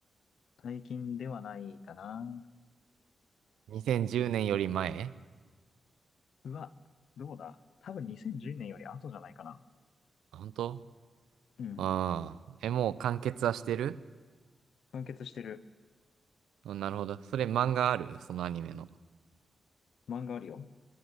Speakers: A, on the left (about 75°); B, on the right (about 80°).
A: 最近ではないかな。
B: ?2010 年より前
A: うわ、どうだ多分2010年より後じゃないかな。
B: あ本当
A: うん。
B: ああー。え、もう完結はしてる
A: 完結してる。
B: うんなるほど。それ漫画あるそのアニメの。
A: 漫画あるよ。